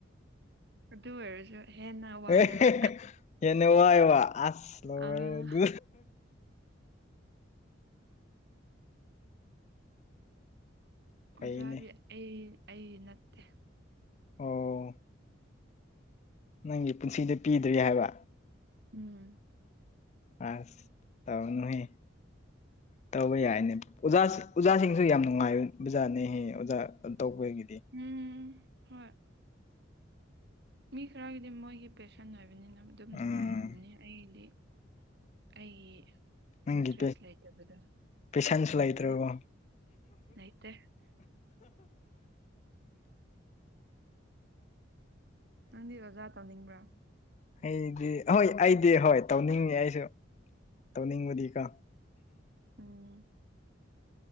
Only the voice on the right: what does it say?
ꯑꯗꯨ ꯑꯣꯏꯔꯁꯨꯦ ꯍꯦꯟꯅ ꯋꯥꯏꯑꯦꯕ
ꯑꯥ
ꯑꯣꯖꯥꯗꯤ
ꯑꯩ ꯑꯩ ꯅꯠꯇꯦ
ꯎꯝ <unintelligible>
<inaudible> <inaudible>
ꯎꯝ ꯍꯣꯏ ꯃꯤ ꯈꯔꯒꯤꯗꯤ ꯃꯣꯏꯒꯤ ꯄꯦꯁꯟ ꯑꯣꯏꯕꯅꯤꯅ ꯑꯗꯨꯝ ꯅꯨꯡꯉꯥꯏꯔꯕꯅꯤ
ꯑꯩꯒꯤꯗꯤ ꯑꯩꯒꯤ
ꯏꯟꯇꯔꯦꯁ ꯂꯩꯇꯕꯗ
ꯎꯝ
ꯑꯩ ꯂꯩꯇꯦ ꯅꯪꯗꯤ ꯑꯣꯖꯥ ꯇꯧꯅꯤꯡꯕ꯭ꯔꯥ?
ꯎꯝ